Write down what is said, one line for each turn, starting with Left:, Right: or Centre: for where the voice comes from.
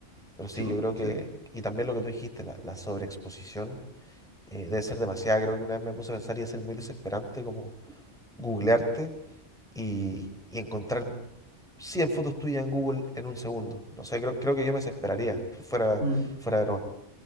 Centre: Pero sí,
Right: sí, po,
Centre: yo creo que,
Right: sí.
Centre: y también lo que tú dijiste, la, la sobreexposición eh, debe ser demasiada. Creo que una vez me puse a pensar y debe ser muy desesperante como googlearte y, y encontrar 100 fotos tuyas en Google en un segundo. No sé, creo, creo que yo me desesperaría fuera,
Right: Mm.
Centre: fuera de broma.